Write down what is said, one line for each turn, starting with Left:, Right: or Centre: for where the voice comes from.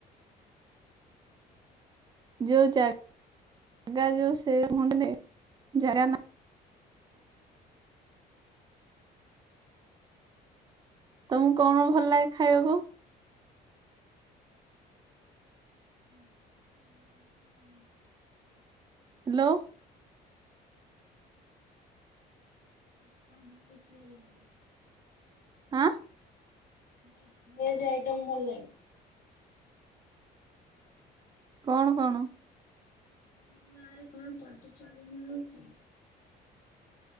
Right: ଯୋଉ ଜା ଗା ଯୋଉ ସେ ମନେ ନାହିଁ ଜାଗା ନା?
Left: <inaudible>
Right: ତମକୁ କଁ କଁ ଭଲ ଲାଗେ ଖାଇବାକୁ?
Left: ହଁ ହ
Right: ହ୍ୟାଲୋ।
Left: ସବୁ କିଛି ଭଲ ଲାଗେ।
Right: ଆଁ?
Left: ମିକ୍ସ୍ ଭେଜ ଆଇଟମ୍ ଭଲଲାଗେ।
Right: କଣ କଣ?
Left: ତମ ଗାଁରେ କଣ ଚଜଚାଯ ହୋଉଛି?